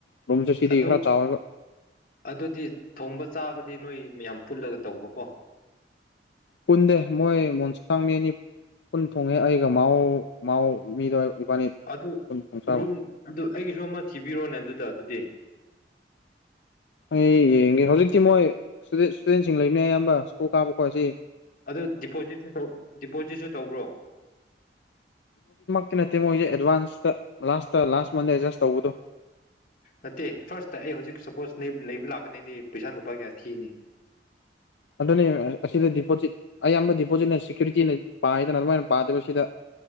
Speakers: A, on the left; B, on the left.
A: ꯔꯨꯝꯁꯨ ꯁꯤꯗꯤ
B: ꯑꯗꯨ
A: ꯈꯔ ꯆꯥꯎꯋꯦꯕ
B: ꯑꯗꯨꯗꯤ ꯊꯣꯡꯕ ꯆꯥꯕ ꯗꯤ ꯅꯣꯏ ꯃꯌꯥꯝ ꯄꯨꯜꯂꯒ ꯇꯧꯕꯀꯣ
A: ꯄꯨꯟꯗꯦ ꯃꯣꯏ ꯃꯣꯟꯁꯥꯡ ꯃꯤ ꯑꯅꯤ ꯄꯨꯟ ꯊꯣꯡꯉꯦ ꯑꯩꯒ ꯃꯥꯎ ꯃꯥꯎ ꯃꯤꯗꯣ ꯏꯕꯥꯅꯤ
B: ꯑ
A: ꯄꯨꯟ ꯊꯣꯡ ꯆꯥꯕ
B: ꯔꯨꯝ ꯑꯗꯨ ꯑꯩꯒꯤꯁꯨ ꯑꯃ ꯊꯤꯕꯤꯔꯣꯅꯦ ꯑꯗꯨꯗ ꯑꯗꯨꯗꯤ
A: ꯑꯩ ꯌꯦꯡꯒꯦ ꯍꯧꯖꯤꯛꯇꯤ ꯃꯣꯏ ꯏꯁꯇꯨꯗꯦꯟꯁꯤꯡ ꯂꯩꯕꯅꯦ ꯑꯌꯥꯝꯕ ꯁ꯭ꯀꯨꯜ ꯀꯥꯕ ꯈꯣꯠ ꯁꯤ
B: ꯑꯗꯨ ꯗꯤꯄꯣꯖꯤꯠꯁꯨ ꯗꯤꯄꯣꯖꯤꯠꯁꯨ ꯇꯧꯕ꯭ꯔꯣ
A: ꯀ ꯅꯠꯇꯦ ꯃꯣꯏꯁꯦ ꯑꯦꯗꯚꯥꯟꯁꯇ ꯂꯥꯁꯇ ꯂꯥꯁ ꯃꯟꯗ ꯑꯦꯗꯖꯁ ꯇꯧꯕꯗꯣ
B: ꯅꯠꯇꯦ ꯐꯥꯔ꯭ꯁꯇ ꯑꯩ ꯍꯧꯖꯤꯛ ꯁꯄꯣꯁ ꯅꯣꯏ ꯂꯩꯕ ꯂꯥꯛꯀꯅꯤꯗꯤ ꯄꯩꯁꯥ ꯂꯨꯄꯥ ꯀꯌꯥ ꯊꯤꯅꯤ
A: ꯑꯗꯨꯅꯤ ꯑꯁꯤꯗ ꯗꯤꯄꯣꯖꯤꯠ ꯑꯌꯥꯝꯕ ꯗꯤꯄꯣꯖꯤꯠꯅ ꯁꯦꯀ꯭ꯌꯨꯔꯤꯇꯤꯅ ꯄꯥꯏ ꯍꯥꯏꯗꯅ ꯑꯗꯨꯃꯥꯏꯅ ꯄꯥꯗꯕ ꯁꯤꯗ